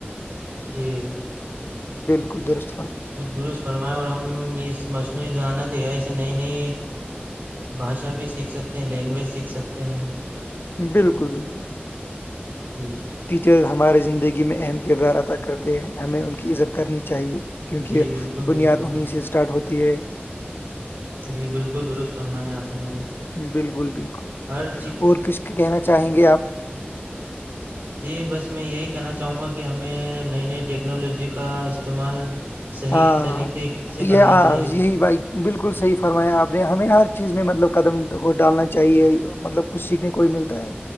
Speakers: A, on the right; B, on the left.
A: جی
B: بالکل دست
A: درست فرمائےیں اور ہم اس مصنوعی ذہانت ہے اسے نئی نئی بھاشا بھی سیکھ سکتے ہیں لینگویج سیکھ سکتے ہیں
B: بالکل بالکل
A: جی
B: ٹیچرز ہمارے زندگی میں اہم کردار ادا کرتے ہیں ہمیں ان کی عزت کرنی چاہیے کیونکہ
A: جی بالکل
B: بنیاد
A: درست فرمائیں
B: انہیں سے اسٹارٹ ہوتی ہے
A: جی بالکل درست فرمایا آپ نے
B: بالکل بالکل
A: ہر
B: اور کس کہنا چاہیں گے آپ
A: ہوں <unintelligible> جی بس میں یہی کہنا چاہوں گا کہ ہمیں نئی نئی ٹیکنالوجی کا استعمال صحیح
B: ہاں
A: طریقے سے
B: یہ
A: کرنا
B: ہاں،
A: چاہیے
B: یہی بھائی بالکل صحیح فرمایا آپ نے ہمیں ہر چیز میں مطلب قدم ہو ڈالنا چاہیے مطلب کچھ سیکھنے کو بھی ملتا ہے